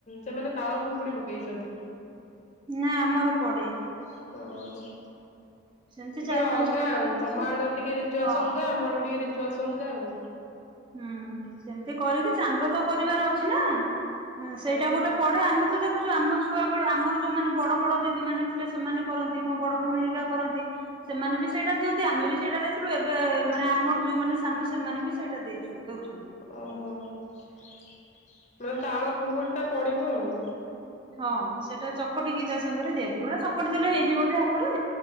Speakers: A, on the left; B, on the right.
A: ସେମାନେ ତାଳ ଖୁଙ୍କୁଡି ପକେଇଚନ୍ତି।
B: ନା ଆମର ପଡେ।
A: ହଁ।
B: ସେମିତି
A: ଟିକେ
B: ଚାରି
A: ଅଲଗା
B: ପାଞ୍ଚ ପ୍ରକାର
A: ଆଉ
B: ଜିନିଷ
A: ତମ
B: ଆଉ।
A: ଆଡ ଟିକେ ରିଚୁଆଲସ୍
B: ହଁ
A: ଅଲଗା ଆମ ଆଡ ଟିକେ ରିଚୁଆଲସ୍ ଅଲଗା ଆଉ।
B: ହୁଁ ସେମତି କରିକି ଚାନ୍ଦ ତ କରିବାର ଅଛି ନା ଆଁ ସେଇଟା
A: ହଁ
B: ଗୋଟେ ପଢେ ଆମେ ତ ଦେଖୁଚୁ ଆମ ଛୁଆ ବେଳୁ ଆମର ଯୋଉମାନେ ବଡ ବଡ ଦିଦି ମାନ ଥିଲେ ସେମାନେ କର ସେଇ ମୋ ବଡ ଭୋଉଣୀ ହରିକା କରନ୍ତି। ସେମାନେ ବି ସେଇଟା ଦିଅନ୍ତି ଆମେ ବି ସେଇଟା ଦେଇଥିଲୁ ଏବେ ମାନେ ଆମଠୁ ଯୋଉମାନେ ସାନ ସେମାନେ ବି ସେଇଟା ଦେଇ ଛନ୍ ଦୋଉଛନ୍ତି।
A: ଓହୋ ମାନେ ତାଳ ଖୁଙ୍କୁଡିଟା ପଡ଼ିବ ଆଉ।
B: ହଁ ସେଟା ଚକଟିକି ତା ସାଙ୍ଗରେ ଦିଆଯିବଟା ଏଟା ଚକଟି ଦେଲେ ହେଇଯିବ ଯେ ହାତରେ।